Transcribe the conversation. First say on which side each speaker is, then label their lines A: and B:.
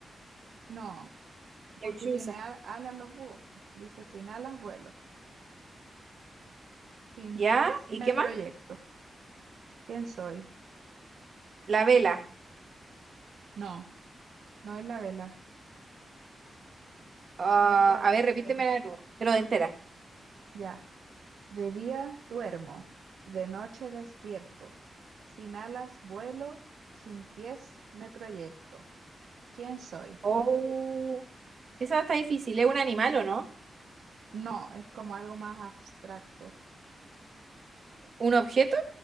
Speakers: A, on the right; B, on the right.
A: No,
B: lechuza.
A: porque tiene al- alas los búhos. po. Dice, sin alas vuelo, sin
B: ¿Ya?
A: pies
B: ¿Y
A: me
B: qué
A: proyecto.
B: más?
A: ¿Quién soy?
B: La vela.
A: No, no es la vela,
B: Ah,
A: no es la
B: a ver, repítemela
A: vela.
B: de nuevo, pero de entera.
A: Ya. De día duermo, de noche despierto. Sin alas vuelo, sin pies me proyecto. ¿Quién soy?
B: Oh, esa está difícil. ¿Es un animal o no?
A: No, es como algo más abstracto.
B: ¿Un objeto?